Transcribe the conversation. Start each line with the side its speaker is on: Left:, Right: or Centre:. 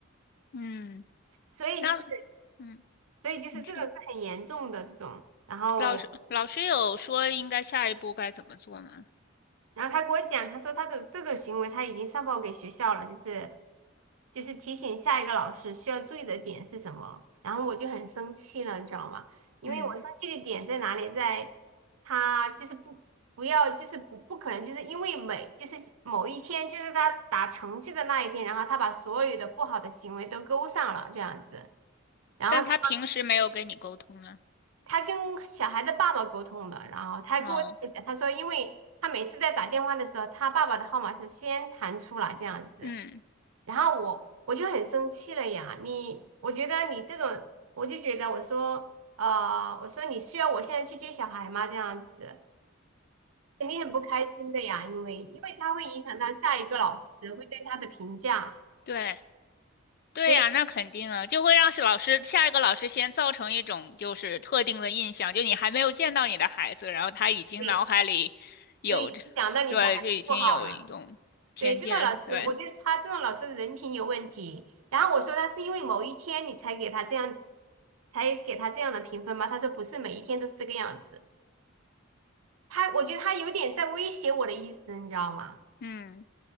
Left: 嗯，
Right: 所以就是
Left: 那嗯，
Right: 所以就是这种是很严重的这种，
Left: 你说
Right: 然后
Left: 老师老师有说应该下一步该怎么做吗？
Right: 然后他给我讲，他说他的这种行为他已经上报给学校了，就是就是提醒下一个老师需要注意的点是什么。然后我就很生气了，你知道吗？因为我生气的点在哪里？
Left: 嗯，
Right: 在他就是不不要就是不不可能就是因为每就是某一天就是他打成绩的那一天，然后他把所有的不好的行为都勾上了这样子。然后他。
Left: 但他平时没有跟你沟通呢。
Right: 他跟小孩的爸爸沟通的，然后他跟我这么讲，
Left: 嗯
Right: 他说，因为他每次在打电话的时候，他爸爸的号码是先弹出来这样子，
Left: 嗯，
Right: 然后我我就很生气了呀，你，我觉得你这种，我就觉得我说，呃，我说你需要我现在去接小孩吗？这样子肯定很不开心的呀，因为因为他会影响到下一个老师会对他的评价，
Left: 对对呀，
Right: 所以
Left: 那肯定啊，就会让是老师下一个老师先造成一种就是特定的印象，就你还没有见到你的孩子，然后他已经脑海里有着，
Right: 对所以想到你小孩子不好了。
Left: 对，就已经有一种偏见，
Right: 对，这种老师，
Left: 对，
Right: 我觉得他这种老师的人品有问题。然后我说他是因为某一天你才给他这样，才给他这样的评分吗？他说不是每一天都是这个样子。他，我觉得他有点在威胁我的意思，你知道吗？
Left: 嗯，